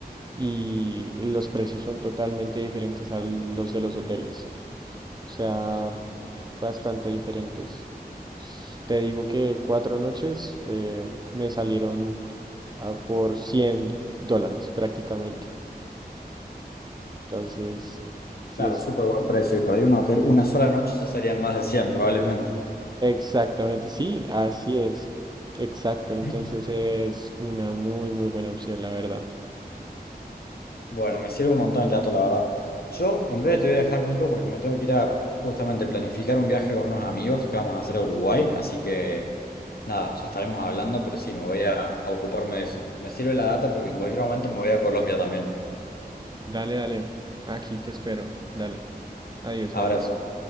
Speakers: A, on the right; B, on the left.
A: y los precios son totalmente diferentes a los de los hoteles. O sea, bastante diferentes. S- Te digo que cuatro noches eh, me salieron ah, por 100 dólares prácticamente. Entonces, sí
B: Claro,
A: es,
B: súper buen precio. Y por ahí un hotel, una sola noche, ya serían más de 100 probablemente.
A: Exactamente, sí, así es. Exacto,
B: <clears throat>
A: entonces es una muy, muy buena opción, la verdad.
B: Bueno, me sirve un montón el dato, la verdad. Yo en breve te voy a dejar, Nico, porque me tengo que ir a justamente planificar un viaje con unos amigos que vamos a hacer a Uruguay. Así que nada, ya estaremos hablando, pero sí, me voy a, a ocuparme de eso. Me sirve la data porque en cualquier momento me voy a Colombia también.
A: Dale, dale, aquí te espero. Dale, adiós,
B: Abrazo.
A: adiós.